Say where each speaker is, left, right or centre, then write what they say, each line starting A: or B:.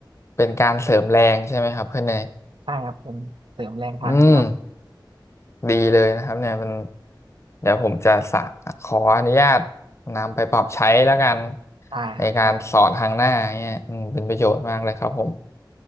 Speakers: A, on the left; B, on the right.
A: เป็นการเสริมแรงใช่ไหมครับเพื่อนเนย
B: ใช่ครับเปิเสริมแรงทางบวก
A: อืม ดีเลยนะครับเนี่ยมันเดี๋ยวผมจะสะขออนุญาตนำไปปรับใช้แล้วกัน
B: ใช่ครับใช่ครับ
A: ในการสอนทางหน้าเนี่ยอืมเป็นประโยชน์มากเลยครับผม